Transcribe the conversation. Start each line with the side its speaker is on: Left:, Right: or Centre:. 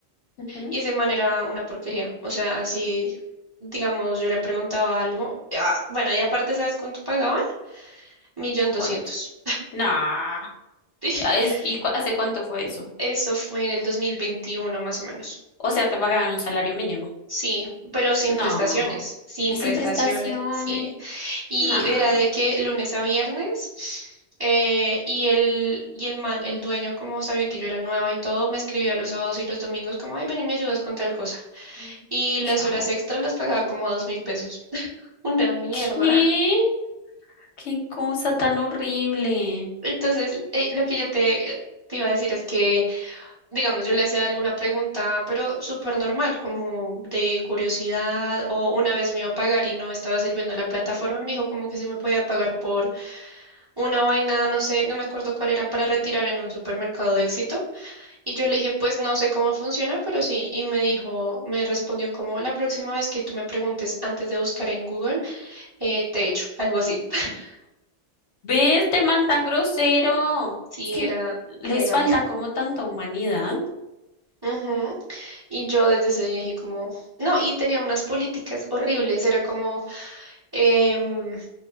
Left: Ujú.
Right: Y ese man era una porquería. O sea, así, digamos, yo le preguntaba algo. ah, bueno, y aparte, ¿sabes cuánto pagaban? Millón doscientos.
Left: ¿Cuánto? Nah.
Right: <laughs>
Left: Ah, es- ¿y cu- hace cuánto fue eso?
Right: Eso fue en el 2021 más o menos.
Left: O sea, te pagaban un salario mínimo.
Right: Sí, pero sin
Left: No.
Right: prestaciones, sin
Left: Y
Right: prestaciones,
Left: sin prestaciones.
Right: sí. Y
Left: Nah.
Right: era de que lunes a viernes, eh, y el, y el man, el dueño, como sabía que yo era nueva y todo, me escribía los sábados y los domingos como, ay, ven y me ayudas con tal cosa.
Left: Mm,
Right: Y las
Left: Chao.
Right: horas extras las pagaba como a dos mil pesos. <laughs> Una mierda.
Left: ¿Qué? Qué cosa tan horrible.
Right: Entonces,
Left: Y-
Right: eh, lo que yo te, te iba a decir es que, digamos, yo le hacía alguna pregunta, pero súper normal, como de curiosidad, o una vez me iba a pagar y no estaba sirviendo la plataforma, me dijo como que sí me podía pagar por una vaina, no sé, no me acuerdo cuál era, para retirar en un supermercado de Éxito. Y yo le dije, pues no sé cómo funciona, pero sí, y me dijo, me respondió como, la próxima vez que tú me preguntes antes de buscar en Google, eh, te echo, algo así. <laughs>
Left: Ve este man tan grosero.
Right: Sí,
Left: Es que
Right: era regamen.
Left: les falta como tanta humanidad.
Right: Ujú. Y yo desde ese día dije como, no, y tenía unas políticas horribles, era como, em,